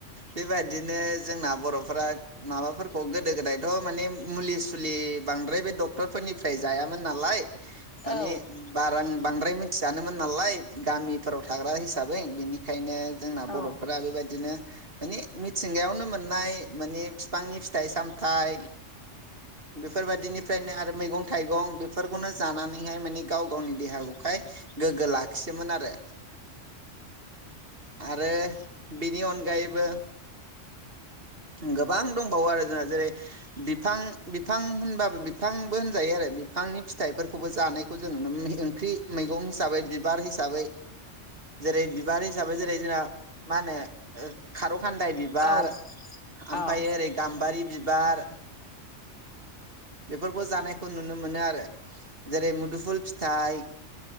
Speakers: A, on the right (about 50°); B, on the left (about 65°).
A: बेबायादिनो जोंना बर'फोरा माबाफोरखौ गोदो गोदायथ' माने मुलि-सुलि बांद्राय बे डक्टरफोरनिफ्राय जायामोन नालाय। माने
B: औ
A: बारां बांद्राय मिथियानोमोन नालाय गामिफोराव थाग्रा हिसाबै बिनिखायनो। जोंना
B: औ
A: बर'फोरा बेबायदिनो माने मिथिंगायावनो मोननाय माने बिफांनि फिथाइ- सामथाइ। बेफोरबायदिनि। फ्रायनो आरो मैगं-थाइगं बेफोरखौनो जानानैहाय माने गाव गावनि देहाखौहाय गोग्गो लाखियोमोन आरो। आरो बिनि अनगायैबो। गोबां दंबावो आरो जोंहा जेरै बिफां-बिफां होनबाबो बिफांबो होनजायो आरो बिफांनि फिथाइफोरखौबो जानायखौ जों नुनो मोनो ओंख्रि मैगं हिसाबै बिबार हिसाबै जेरै बिबार हिसाबै जेरै जोंना मा होनो खार' खानदाय बिबार।
B: औ औ
A: ओमफ्राय ओरै गाम्बारि बारि बिबार बेफोरखौ जानायखौ नुनो मोनो आरो जेरै मुदुफुल फिथाइ।